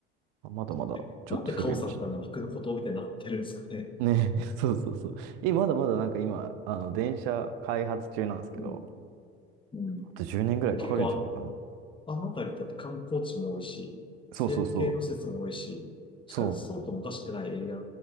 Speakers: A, on the right (about 70°); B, on the left (about 15°).
A: まだまだちょっと古いもしない。
B: そうね。なんでカオさんってあんな陸の孤島みたいになってるんですかね。
A: ね、<laughs> そうそうそう。え、まだまだなんか今、あの、電車開発中なんですけど、
B: うん。うん。
A: あと10年ぐらいかかるんじゃないかな。
B: で、結構あ、あの辺りだって観光地も多いし、
A: そうそうそう。
B: 政府系の施設も多いし、
A: そう。
B: 地下鉄相当もおかしくないエリア